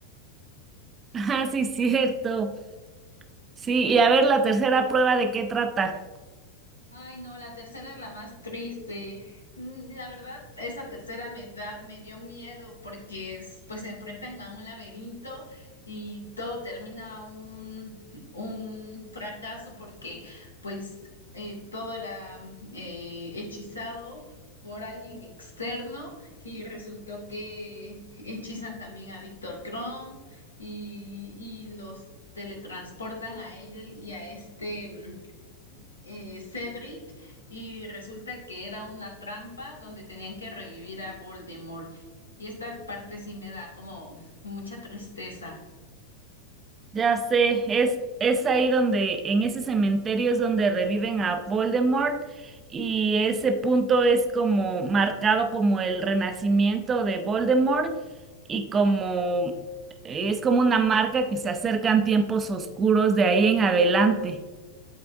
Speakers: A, on the right; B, on the left.
A: <laughs> Ah, sí, cierto. Sí, y a ver la tercera prueba de qué trata.
B: Ay, no, la tercera es la más triste. Mm, La verdad, esa tercera me da, me dio miedo porque es- pues se enfrentan a un laberinto y todo termina un, un fracaso porque pues eh, todo era eh, hechizado por alguien externo y resultó que hechizan también a Víctor Kron y, y los teletransportan a él y a este... mm, eh, Cedric y resulta que era una trampa donde tenían que revivir a Voldemort. Y esta parte sí me da como mucha tristeza. <laughs>
A: Ya sé, es, es ahí donde, en ese cementerio es donde reviven a Voldemort y ese punto es como marcado como el renacimiento de Voldemort y como es como una marca que se acercan tiempos oscuros de ahí en adelante.